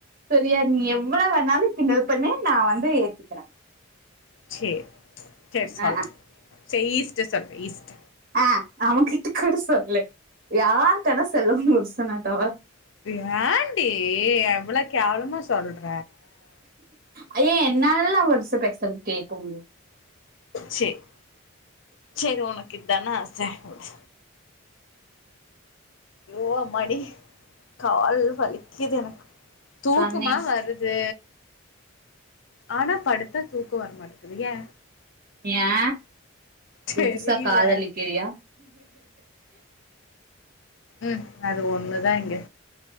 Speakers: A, on the right (about 40°); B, on the left (about 60°).
A: செரியா நீ எவ்ள வேணாலு கிண்டல் பண்ணு நா வந்து ஏத்துக்கற
B: சேர் செரி சொல்ற
A: அஹ் அஹ்
B: சே ஈஸ்ட சொல்ற ஈஸ்ட
A: ஆ அவகிட்ட கூட சொல்லு யார்டன செல்லு உ புருசன தவற
B: து ஏண்டி எவ்ளோ கேவலமா சொல்ற
A: அய்யய என்னாலல்லா அவர்ஸ பேசவு கேக்கவு முடியு
B: சேர் செரி உனக்கு இத்தான ஆச வுடு யோ அம்மாடி கால் வலிக்கிது எனக்கு தூக்கமா
A: தானே
B: வருத் து ஆனா படுத்தா தூக்கோ வரமாட்டக்குது ஏ
A: ஏ
B: தெரில
A: புதுசா காதலிக்கிரியா
B: ம் அது ஒண்ணுதா இங்க